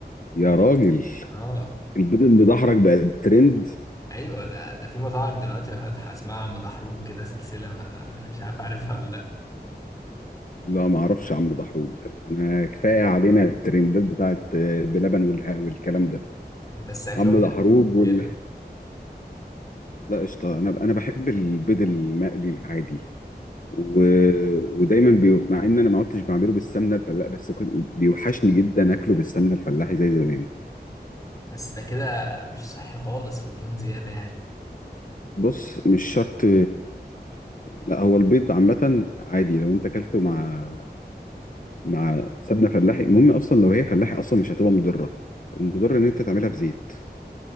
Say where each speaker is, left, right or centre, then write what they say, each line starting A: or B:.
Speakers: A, on the left; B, on the left.
A: يا راجل
B: اه
A: البيض المدحرج بقى ترند
B: ايوه ده ده في مطاعم دلوقتي فاتحه اسمها مدحروج كده سلسله ما مش عارف عارفها ولا
A: لا ما اعرفش يا عم دحروج انا كفايه علينا الترندات بتاعت آه، بلبن والح- والكلام ده
B: لا بس اكلهم
A: عم
B: حلو
A: دحروج وال...
B: كتير
A: لا قشطه انا انا بحب البيض المقلي العادي و... ودايما بي... مع ان انا ما عدتش بعمله بالسمنه الفلاحي بس كنت بيوحشني جدا اكله بالسمنه الفلاحي زي زمان
B: بس ده كده مش صحي خالص والدهون زياده يعني
A: بص مش شرط لا هو البيض عامه عادي لو انت اكلته مع مع سمنه فلاحي المهم اصلا لو هي فلاحي اصلا مش هتبقى مضره المضر ان انت تعملها بزيت